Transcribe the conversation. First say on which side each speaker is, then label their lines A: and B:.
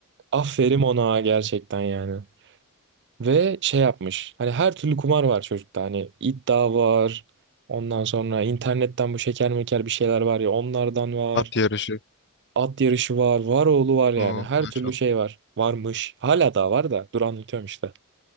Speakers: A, on the right; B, on the left.
A: Aferin ona gerçekten yani. Ve şey yapmış. Hani her türlü kumar var çocukta. Hani iddia var. Ondan sonra internetten bu şeker meker bir şeyler var ya onlardan var.
B: At yarışı.
A: At yarışı var, var oğlu var yani.
B: Oo,
A: Her
B: maşallah.
A: türlü şey var. Varmış. Hala daha var da. Dur anlatıyorum işte.